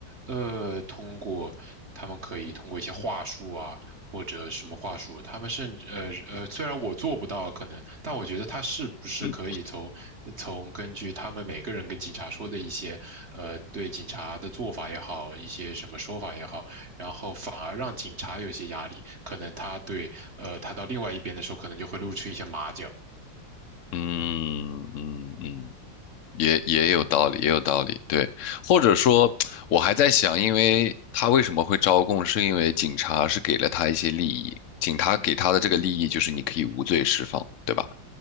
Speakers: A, on the right (about 40°); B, on the left (about 60°).
A: 呃，通过他们可以通过一些话术啊，或者什么话术，他们甚至呃呃，虽然我做不到可能，但我觉得他是不是可以从从根据他们每个人跟警察说的一些呃对警察的做法也好，
B: 嗯
A: 一些什么说法也好，然后反而让警察有一些压力，可能他对呃他到另外一边的时候，可能就会露出一些马脚。
B: 嗯嗯嗯。也也有道理，也有道理，对，或者说，我还在想，因为他为什么会招供，是因为警察是给了他一些利益，警察给他的这个利益就是你可以无罪释放，对吧？